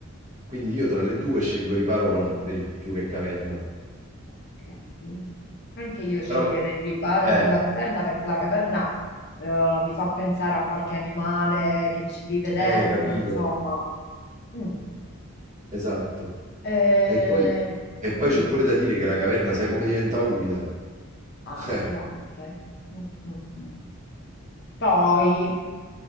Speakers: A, on the right; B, on the left.
A: Quindi io tra le due scelgo riparo con alberi più che caverna.
B: ok. Anche io sceglierei
A: Però,
B: il riparo
A: eh,
B: e non la caverna perché la caverna eh, mi fa pensare a qualche animale che ci vive dentro,
A: eh, capito.
B: insomma. Mm.
A: Esatto.
B: Eh,
A: E poi, e poi
B: dimmi,
A: c'è pure da dire che la caverna, sai come diventa umida?
B: anche,
A: <laughs>
B: anche. Mm, mm, mm. Poi